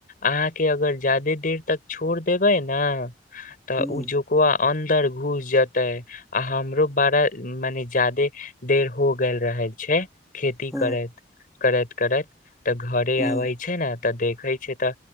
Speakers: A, on the left; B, in the centre.
A: अहाँके अगर ज्यादे देर तक छोड़ देबै ना तऽ
B: हुं
A: ओ जोकवा अन दर घुस जेते आ हमरो बाड़ा मने ज्यादे देर हो ग रहल छै खेती
B: हुं
A: करैत करैत करैत तऽ घरे
B: हुं
A: आबैय छै ना तऽ देखे छै तऽ